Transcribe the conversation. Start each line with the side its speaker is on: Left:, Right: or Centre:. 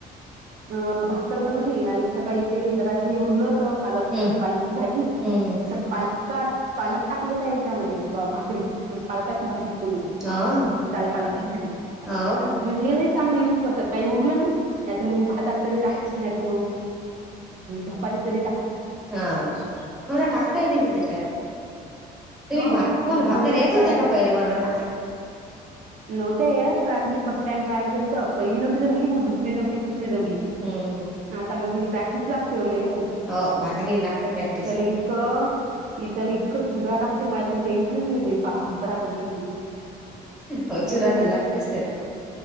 Right: अ भाकर बनवली आणि सकाळी ते जरा असं उरलं तर पालकच
Centre: हम्म
Right: पालकी भाजी
Centre: हम्म हम्म
Right: तर पालका पालक टाकलं त्या याच्यामध्ये भाकरीत पण पालकाची भाजी बून
Centre: हो
Right: दालपालाची भाजी
Centre: हो हो का
Right: म्हणजे हे नाही चांगली य करतात काही उरलं ना मग भातात तरी टाकली
Centre: साक्षी
Right: नाहीता
Centre: ताई
Right: मग धपाट्या तरी टाक
Centre: हा मला डाकताये चार तुम्ही
Right: हा
Centre: भा तुम्हाला भाकर
Right: बनली
Centre: येत होत्या का पहिले बता
Right: नव्हतेय पण आता मी फर्स्ट टाइम ट्राय केल तर पहिली नव्हती जमली मग दुसरी जमली त ्रीम
Centre: हम्म हम्म.
Right: आता मग तची प्रॅक्टिस लागते ले
Centre: हो भाकरी लागते प्रॅक्टिस
Right: त्याला इतकं त्याला इतकं चुरा लागते मला तर ह प मकरा तंगी त
Centre: हो
Right: हम्म
Centre: चुरा तर लागतेच त्याला